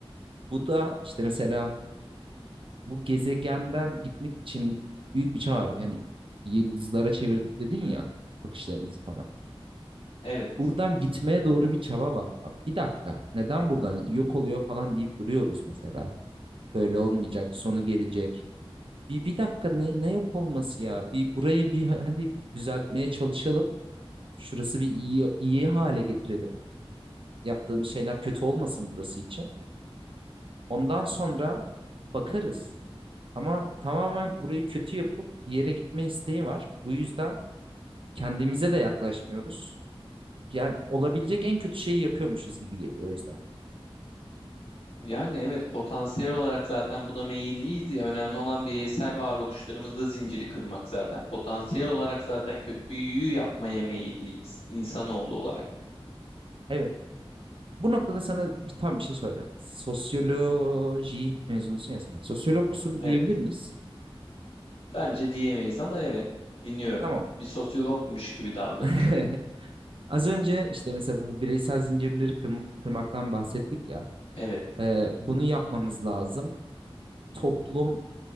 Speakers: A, on the right; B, on the left.
A: Bu da işte mesela bu gezegenden gitmek için büyük bir çağ var. Yani yıldızlara çevirdik dedin ya bakışlarımızı falan.
B: Evet.
A: Buradan gitmeye doğru bir çaba var. Abi Bir dakika neden buradan yok oluyor falan deyip duruyoruz mesela. Böyle olmayacak sonu gelecek. Bir, bir dakika ne, ne yok olması ya? Bir burayı bir hadi düzeltmeye çalışalım. Şurası bir iyi, iyi hale getirelim. Yaptığımız şeyler kötü olmasın burası için. Ondan sonra bakarız. Ama tamamen burayı kötü yapıp bir yere gitme isteği var. Bu yüzden kendimize de yaklaşmıyoruz. Yani olabilecek en kötü şeyi yapıyormuşuz gibi geliyor o yüzden.
B: Yani evet potansiyel olarak zaten buna meyilliyiz ya önemli olan bireysel varoluşlarımızda zinciri kırmak zaten. Potansiyel olarak zaten kötüyü yapmaya meyilliyiz insanoğlu olarak.
A: Evet. Bu noktada sana bir, tam bir şey soracağım. Sosyoloji mezunusun ya sen. Sosyologsun
B: Evet
A: diyebilir miyiz?
B: bence diyemeyiz ama evet dinliyorum.
A: Tamam.
B: Bir sosyologmuş gibi davranacağım.
A: <laughs> Az önce işte mesela bu bireysel zincirleri kırm- kırmaktan bahsettik ya.
B: Evet
A: Ee, bunu yapmamız lazım. Toplum